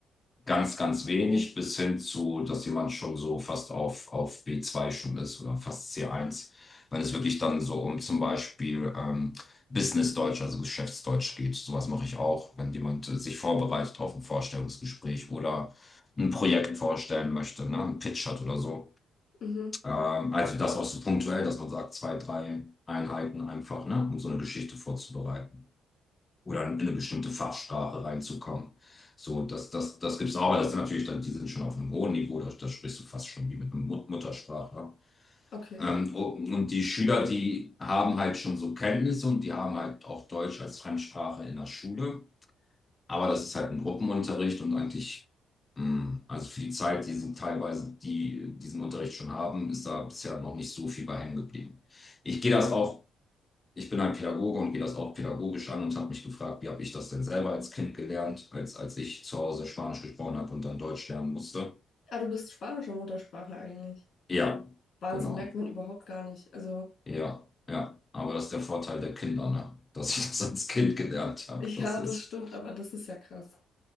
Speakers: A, on the left; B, on the left.
A: ganz, ganz wenig bis hin zu, dass jemand schon so fast auf, auf B2 schon ist oder fast C1, wenn es wirklich dann so um zum Beispiel ähm, Business-Deutsch, also Geschäftsdeutsch geht. Sowas mache ich auch, wenn jemand äh, sich vorbereitet auf ein Vorstellungsgespräch oder ein Projekt vorstellen möchte, ne, ein Pitch hat oder so.
B: Mhm,
A: Ähm, also das auch so punktuell, dass man sagt, zwei, drei Einheiten einfach, ne, um so eine Geschichte vorzubereiten oder in eine bestimmte Fachsprache reinzukommen. So, das, das, das gibt es auch, aber das sind natürlich dann, die sind schon auf einem hohen Niveau, da, da sprichst du fast schon wie mit einem Mut Muttersprachler.
B: okay.
A: Ähm, und und die Schüler, die haben halt schon so Kenntnisse und die haben halt auch Deutsch als Fremdsprache in der Schule, aber das ist halt ein Gruppenunterricht und eigentlich, mh, also für die Zeit, die sie teilweise die diesen Unterricht schon haben, ist da bisher noch nicht so viel bei hängen geblieben. Ich gehe das auch ich bin halt Pädagoge und gehe das auch pädagogisch an und habe mich gefragt, wie habe ich das denn selber als Kind gelernt, als, als ich zu Hause Spanisch gesprochen habe und dann Deutsch lernen musste.
B: Ah, du bist spanischer Muttersprachler eigentlich.
A: Ja,
B: Wahnsinn,
A: genau.
B: merkt man überhaupt gar nicht. Also,
A: Ja, ja. Aber das ist der Vorteil der Kinder, ne? Dass ich das als Kind gelernt
B: <laughs>
A: habe.
B: ja,
A: Das ist,
B: das stimmt, aber das ist ja krass.